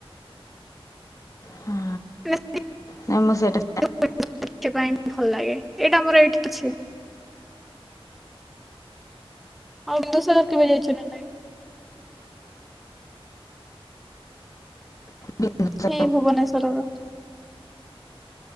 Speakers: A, on the left; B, in the centre.
A: ହଁ
B: ମି
A: ନାଇଁ ମୁଁ ସେଇଟା
B: ଦେବା ପାଇଁ ଭଲ ଲାଗେ ଏଇଟା ଆମର ଏଇଠି ଅଛି ଆଉ ବିନ୍ଦୁ ସାଗର କେବେ ଜାଇଚ କି ନାହିଁ।
A: କହୁଥିଲି
B: ହେଇ ଭୁବନେଶ୍ଵରର